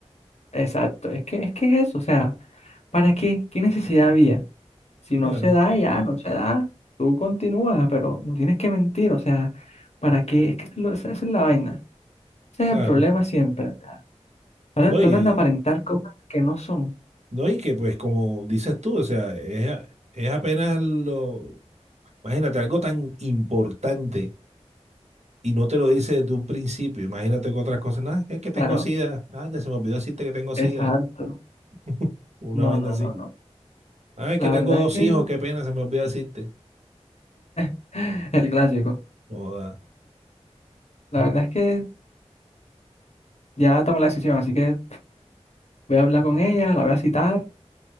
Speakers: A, on the left; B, on the right.
A: exacto, es que, es que es eso, o sea, ¿para qué? ¿Qué necesidad había? Si
B: Claro,
A: no se da, ya, no se da. Tú continúas, pero no tienes que mentir. O sea, ¿para qué? Es que lo- esa esa es la vaina. Ese es
B: claro.
A: el problema siempre. o sea, ahora
B: No,
A: Tratan
B: y, eh,
A: de aparentar cosas que no son.
B: no, y que pues como dices tú, o sea, es, a- es apenas lo... Imagínate, algo tan importante y no te lo dice desde un principio. Imagínate con otras cosas. No, es que tengo
A: Claro,
B: sida. Anda, se me olvidó decirte que tengo sida.
A: exacto.
B: <laughs> Una
A: No,
B: vaina
A: no,
B: así.
A: no, no.
B: Ay,
A: La
B: que tengo
A: verdad
B: dos
A: es que
B: hijos, qué pena, se me olvidó decirte.
A: <laughs> <sighs> el clásico.
B: Joda,
A: La verdad es que ya tomé la decisión, así que voy a hablar con ella, la voy a citar